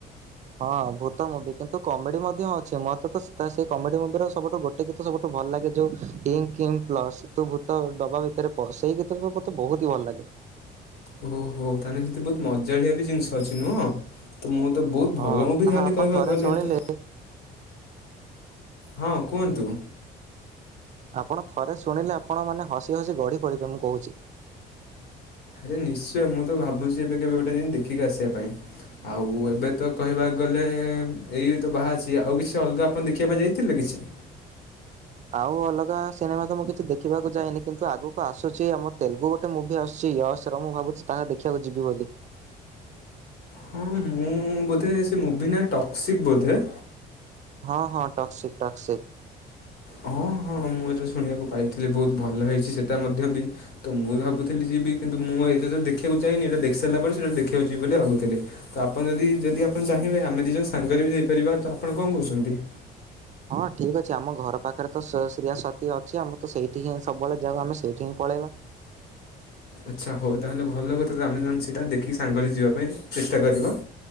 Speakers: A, on the right (about 45°); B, on the left (about 70°).
A: ହଁ ଭୂତ ମୁଭି କିନ୍ତୁ କମେଡି ମଧ୍ୟ ଅଛି ମତେତ ତ ସେଇ କମେଡି ମୁଭିର ସବୁଠୁ ଗୋଟେ ଗୋଟେ ଗୀତ ସବୁଠୁ ଭଲ ଲାଗେ ଯୋଉ ହିଙ୍ଗ କିଙ୍ଗ ପ୍ଲସ। ତୁ ଭୂତ ଡବା ଭିତରେ ପସ୍ ସେଇ ଗୀତଟି ତ ମତେ ବହୁତ ହି ଭଲ ଲାଗେ।
B: ଓ ହୋ ହୋ ତାହେନେ ସେଠି ବହୁତ ମଜାଳିଆ ବି ଜିନିଷ ଅଛି ନୁହଁ। ତ ମୁଁ ତ ବହୁତ ଭଲ
A: ହଁ
B: ହ
A: ତାହା
B: ବି ତାହେଲେ
A: ଆପଣ
B: କହିବାକୁ
A: ଥରେ
B: ଗଲେ
A: ଶୁଣିଲେ
B: ତ। ହଁ କୁହନ୍ତୁ।
A: ଆପଣ ଥରେ ଶୁଣିଲେ ଆପଣ ମାନେ ହସି ହସି ଗଢ଼ି ପଡ଼ିବେ ମୁଁ କହୁଛି।
B: ଆରେ ନିଶ୍ଚୟ ମୁଁ ତ ଭାବୁଛି ଏବେ କେବେ ଗୋଟେ ଜାଇକି ଦେଖିକି ଆସିବା ପାଇଁ ଆଉ ଏବେ ତ କହିବା ଗଲେ ଏଇ ତ ବାହାଛି ଆଉ କିଛି ଅଲଗା ଆପଣ ଦେଖିବା ପାଇଁ ଯାଇଥିଲେ କିଛି।
A: ଆଉ ଅଲଗା ସିନେମା ତ ମୁଁ କିଛି ଦେଖିବାକୁ ଯାଇନି କିନ୍ତୁ ଆଗକୁ ଆସୁଛି ଆମ ତେଲୁଗୁ ଗୋ ଟେ ମୁଭି ଆସୁଛି ୟାସ୍ ର ମୁଁ ଭାବୁଛି ତାହା ଦେଖିବାକୁ ଯିବି ବୋଲି।
B: ହଁ ମୁଁ ବୋଧେ ସେ ମୁଭି ନା ଟକ୍ସିକ ବୋଧେ।
A: ହଁ ହଁ ଟକ୍ସିକ ଟକ୍ସିକ୍।
B: ହଁ ହଁ। ହଁ ମୁଁ ଏଟା ଶୁଣିବାକୁ ପାଇଥିଲି ବହୁତ ଭଲ ହେଇଛି ସେଟା ମଧ୍ୟ ବି ତ ମୁଁ ଭାବୁଥିଲି ଯିବି କିନ୍ତୁ କିନ୍ତ ମୁଁ ଏଇଟା ତ ଦେଖିବାକୁ ଯାଇନି ଏଇଟା ଦେଖି ସାରିଲା ପରେ ସେଟା ଦେଖୀବାକୁ ଯିବି ବୋଲି ଭାବୁଥିଲି। ତ ଆପଣ ଯଦି ଯଦି ଆପଣ ଚାହିଁବେ ଆମେ ଦି ଜଣ ସାଙ୍ଗରେ ବି ଯାଇପାରିବା ତ ଆପଣ କଣ କହୁଛନ୍ତି।
A: ହଁ ଠିକ୍ ଅଛି ଆମ ଘର ପାଖରେ ତ ଶ ଶ୍ରୀୟା ସାତୀ ଅଛି ଆମ ତ ସେଇଠି ହିଁ ସବୁବେଳେ ଯାଉ ଆମେ ସେଇଠି ହିଁ ପଳେଇବା।
B: ଆଚ୍ଛା ହଉ ତାହେନେ ଭଲ କଥା ଆମେ ଦି ଜଣ ସେଇଟା ଦେଖିକ ସାଙ୍ଗରେ ଯିବା ପାଇଁ ଚେଷ୍ଟା କରିବା।